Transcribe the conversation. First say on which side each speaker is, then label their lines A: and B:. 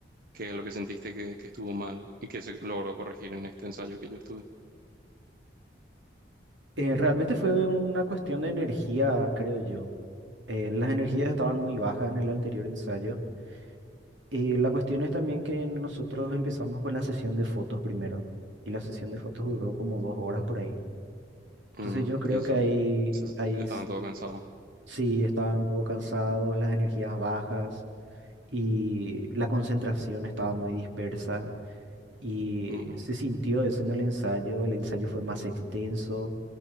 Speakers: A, on the right; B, on the right.
A: qué es lo que sentiste que, que estuvo mal y que se logró corregir en este ensayo que yo estuve.
B: Eh, realmente fue una cuestión de energía, creo yo. Eh, las energías
A: En-
B: estaban muy bajas en el anterior ensayo. Y la cuestión es también que nosotros empezamos con la sesión de fotos primero. Y la sesión de fotos duró como dos horas por ahí. Entonces
A: mm,
B: yo creo
A: y eso,
B: que ahí,
A: se-
B: ahí
A: estaban
B: sí,
A: todos cansados.
B: sí estaban un poco cansados, las energías bajas y la concentración estaba muy dispersa. Y
A: Ujú,
B: se sintió eso en el ensayo, el ensayo fue más extenso